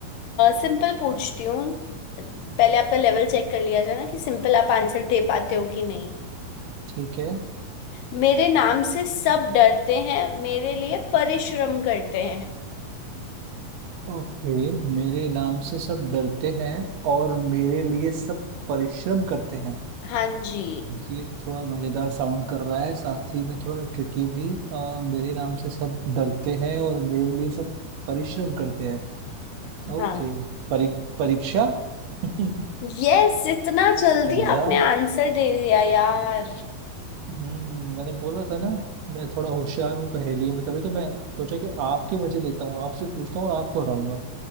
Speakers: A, on the left; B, on the right.
A: सिंपल पूछती हूँ पहले आपका लेवल चेक कर लिया जाए ना कि सिंपल आप आंसर दे पाते हो कि नहीं
B: ठीक है
A: मेरे नाम से सब डरते हैं मेरे लिए परिश्रम करते हैं
B: ओके मेरे नाम से सब डरते हैं और मेरे लिए सब परिश्रम करते हैं
A: हाँ जी
B: ये थोड़ा मजेदार साउंड कर रहा है साथ ही में थोड़ा ट्रिकी भी अ, मेरे नाम से सब डरते हैं और मेरे लिए सब परिश्रम करते हैं
A: हाँ
B: ओके परी, परीक्षा <laughs>
A: यस इतना जल्दी
B: एग्जाम
A: आपने आंसर दे दिया यार
B: हम्म मैंने बोला था ना मैं थोड़ा होशियार हूँ पहेलियों में तभी तो मैं सोचा कि आपके मजे लेता हूँ आपसे पूछता हूँ और आपको हराऊंगा